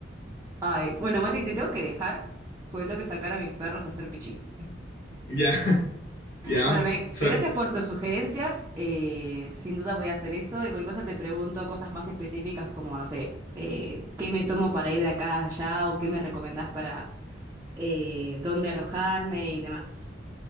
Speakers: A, on the right (about 20°); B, on the left (about 65°).
A: Ay, bueno, Mati, te tengo que dejar porque tengo que sacar a mis perros a hacer pichí.
B: ya, <laughs> ya.
A: Bueno, me-
B: Sa-
A: gracias por tus sugerencias. eh, sin duda voy a hacer eso. Y cualquier cosa te pregunto cosas más específicas como, no sé, eh, qué me tomo para ir de acá a allá o qué me recomendás para eh, dónde alojarme y demás.